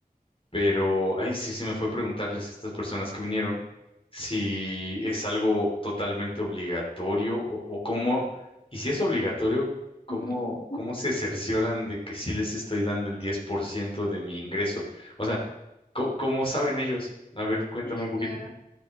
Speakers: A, on the left; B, on the left.
A: pero, ay, sí, se me fue preguntarles a estas personas que vinieron si es algo totalmente obligatorio o, o cómo, y si es obligatorio, cómo,
B: <laughs>
A: cómo se cercioran de que sí les estoy dando el 10% de mi ingreso. O sea, co- ¿cómo, saben ellos? A ver, cuéntame
B: Sí,
A: un poquito.
B: claro.